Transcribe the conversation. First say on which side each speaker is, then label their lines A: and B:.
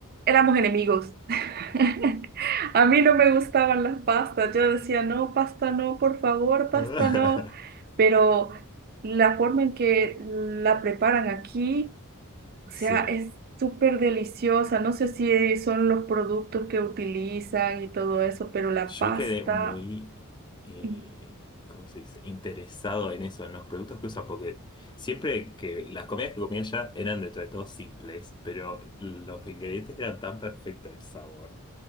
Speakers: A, on the right (about 45°); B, on the left (about 20°).
A: éramos enemigos. <laughs> A mí no me gustaban las pastas. Yo decía, no, pasta no, por favor, pasta
B: <laughs>
A: no. Pero la forma en que la preparan aquí o
B: Sí.
A: sea, es súper deliciosa. No sé si son los productos que utilizan y todo eso, pero la
B: Yo
A: pasta,
B: quedé muy, eh,
A: mm,
B: ¿cómo se dice? Interesado en eso, en los productos que usan, porque siempre que las comidas que comía allá eran dentro de todo simples, pero los ingredientes eran tan perfectos, el sabor.